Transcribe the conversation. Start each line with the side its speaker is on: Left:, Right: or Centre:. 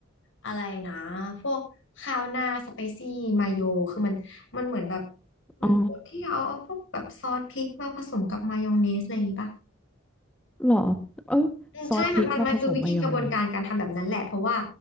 Left: อะไรนะพวกข้าวหน้าสเปซี่มาโยคือมันมันเหมือนแบบมันพวกที่เอาเอาพวกแบบซอสพริกมาผสมกับมายองเนสอะไรอย่างงี้ปะ
Centre: อ๋อเหรอเออซอสพริกมาผสมมายองเนส
Left: อืมใช่มันมันมันคือวิธีกระบวนการการทำแบบนั้นแหละเพราะว่า